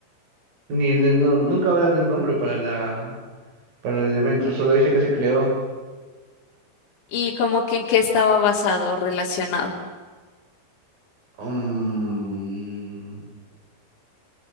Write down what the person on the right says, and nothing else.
Ni, ni- no, nunca hablan de un nombre para la, para el elemento, solo dice que se creó.
Mm,